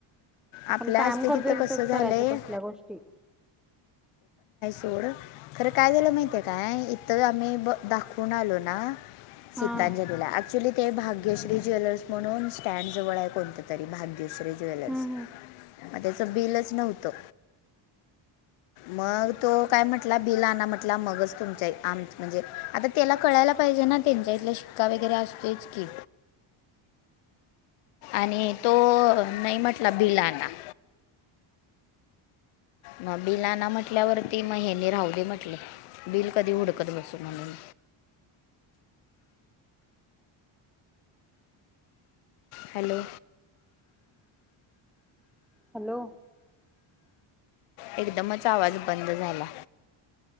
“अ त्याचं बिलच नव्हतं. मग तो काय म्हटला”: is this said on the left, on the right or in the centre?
Left